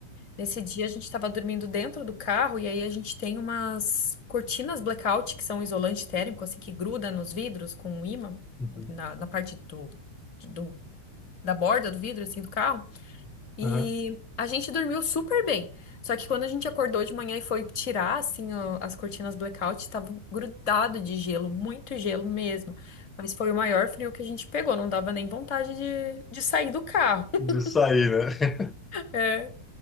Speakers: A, on the left; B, on the left.
A: Nesse dia a gente estava dormindo dentro do carro e aí a gente tem umas cortinas blackout que são um isolante térmico, assim, que gruda nos vidros com um ímã
B: uhum.
A: na, na parte do, do- da borda do vidro, assim, do carro. E
B: Aham.
A: a gente dormiu super bem. Só que quando a gente acordou de manhã e foi tirar, assim, o- as cortinas blackout, estavam grudado de gelo, muito gelo mesmo. Mas foi o maior frio que a gente pegou, não dava nem vontade de, de sair do carro. <laughs>
B: De sair, né?
A: É,